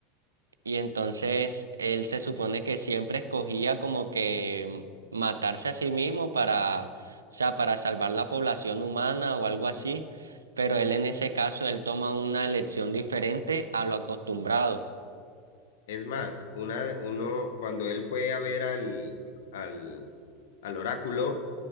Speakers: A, on the right; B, on the left.
A: Y entonces él se supone que siempre escogía como que matarse a sí mismo para, o sea, para salvar la población humana o algo así, pero él en ese caso él toma una elección diferente a lo acostumbrado.
B: Es más, una, uno, cuando él fue a ver al, al, al oráculo,